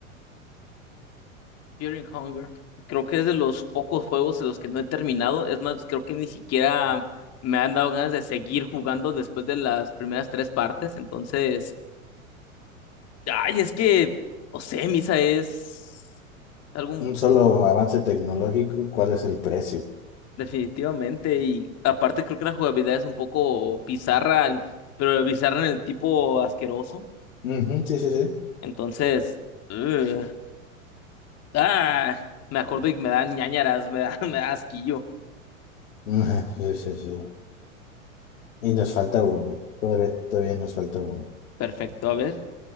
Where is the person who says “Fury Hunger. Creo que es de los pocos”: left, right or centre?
Left